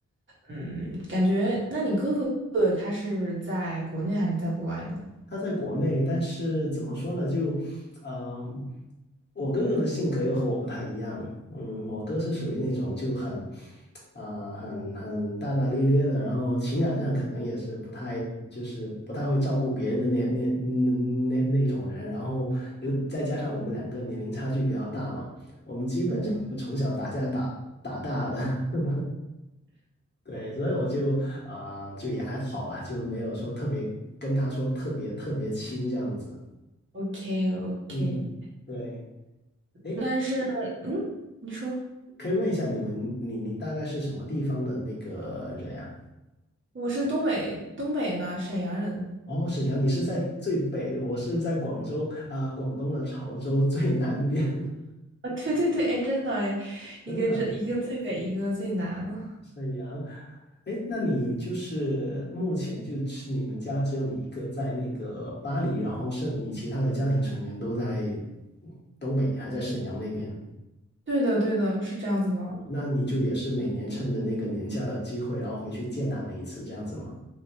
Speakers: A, on the right; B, on the left.
A: 嗯，感觉那你哥哥他是在国内还是在国外呢？
B: 他在国内，但是怎么说呢，就，嗯、我哥哥的性格又和我不太一样，嗯，我哥是属于那种就很，啊、很很大大咧咧的，然后情感上可能也是不太，就是不太会照顾别人的那那那那那种人，然后又再加上我们两个年龄差距比较大嘛，我们基本上就从小打架打打大的，
A: 嗯
B: <laughs> 对，所以我就啊、就也还好啦，就没有说特别跟他说特别特别亲这样子，
A: ，OK OK，
B: 嗯，对。诶
A: 但是嗯，你说
B: 可以问一下你们，你你大概是什么地方的那个人呀、
A: 我是东北东北的沈阳人
B: 哦，沈阳，你是在最北，我是在广州啊、广东的潮州最南边。<laughs>
A: 啊，<laughs> 对对对，哎，真的哎，一个这一个最北，
B: 真的，
A: 一个最南。
B: 沈阳，哎，那你就是目前就是你们家只有你一个在那个巴黎，然后剩你其他的家庭成员都在东北，还在沈阳那边，
A: 对的，对的，是这样子的。
B: 那你就也是每年趁着那个年假的机会，然后回去见他们一次，这样子吗？